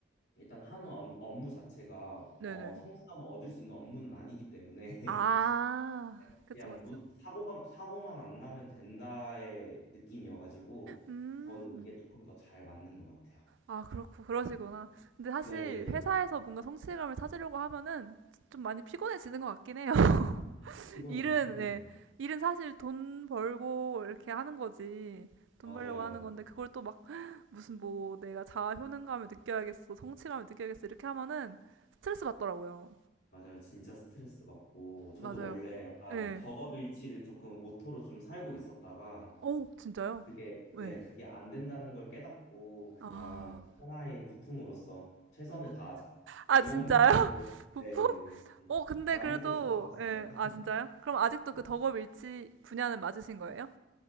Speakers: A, on the left; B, on the right.
A: 일단 한 원- 업무 자체가
B: 네네.
A: 어, 성취감을 얻을 수 있는 업무는 아니기 때문에,
B: 아,
A: <laughs>
B: 그쵸,
A: 그냥
B: 그쵸.
A: 무, 사고가, 사고만 안 나면 된다의 느낌이어가지고,
B: 음.
A: 저는 이게 조금 더 잘 맞는 것 같아요.
B: 아, 그렇고, 그러시구나. 근데 사실
A: 네네네네.
B: 회사에서 뭔가 성취감을 찾으려고 하면은 좀 많이 피곤해지는 것 같긴 해요. <laughs>
A: 피곤해요,
B: 일은,
A: 피곤해요.
B: 네. 일은 사실 돈 벌고 이렇게 하는 거지. 돈
A: 맞아요.
B: 벌려고 하는 건데, 그걸 또 막, <gasps> 무슨 뭐, 내가 자아 효능감을 느껴야겠어, 성취감을 느껴야겠어, 이렇게 하면은 스트레스 받더라고요.
A: 맞아요. 진짜 스트레스 받고, 저도
B: 맞아요.
A: 원래 약간
B: 예. 네.
A: 덕업일치를 조금 모토로 좀 살고 있었다가,
B: 오, 진짜요?
A: 그게,
B: 네.
A: 네, 그게 안 된다는 걸 깨닫고 그냥
B: 아.
A: 하나의 부품으로서 최선을 다하자.
B: 아,
A: 이런
B: 진짜요?
A: 느낌으로,
B: <laughs> 부품?
A: 네, 네, 좀
B: 어, 근데
A: 마인드셋을
B: 그래도,
A: 바꿨어요.
B: 예, 아, 진짜요? 그럼 아직도
A: 네.
B: 그 덕업 일치 분야는 맞으신 거예요?